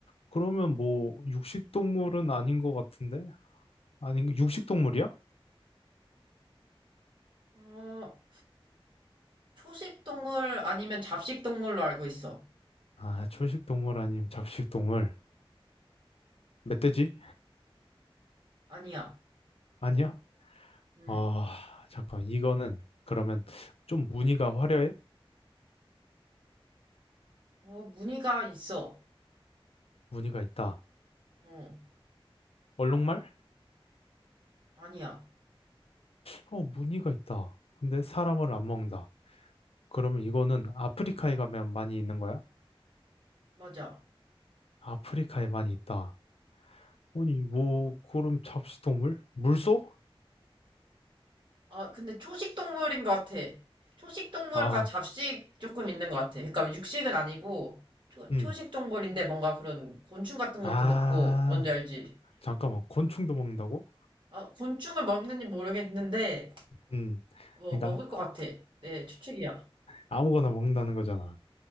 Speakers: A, on the left; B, on the right.
A: 그러면 뭐 육식동물은 아닌 것 같은데? 아닌 육식동물이야?
B: 어, 초식 동물 아니면 잡식 동물로 알고 있어.
A: 아, 초식동물 아님 잡식동물. 멧돼지?
B: 아니야.
A: 아니야?
B: 음.
A: 아, 잠깐. 이거는 그러면 좀 무늬가 화려해?
B: 어, 무늬가 있어.
A: 무늬가 있다.
B: 어,
A: 얼룩말?
B: 아니야.
A: 어, 무늬가 있다. 근데 사람을 안 먹는다. 그러면 이거는 아프리카에 가면 많이 있는 거야?
B: 맞아.
A: 아프리카에 많이 있다. 아니, 뭐, 그럼 잡식동물? 물소?
B: 아, 근데 초식 동물인 것 같아. 초식 동물과
A: 아,
B: 잡식 조금 있는 것 같아. 그러니까 육식은 아니고, 초,
A: 음.
B: 초식 동물인데 뭔가 그런 곤충 같은
A: 아.
B: 것도 먹고, 뭔지 알지?
A: 잠깐만, 곤충도 먹는다고?
B: 아, 곤충을 먹는지 모르겠는데,
A: 음,
B: 뭐,
A: 그러니까
B: 먹을 것 같아. 내 추측이야.
A: 아, 무거나 먹는다는 거잖아.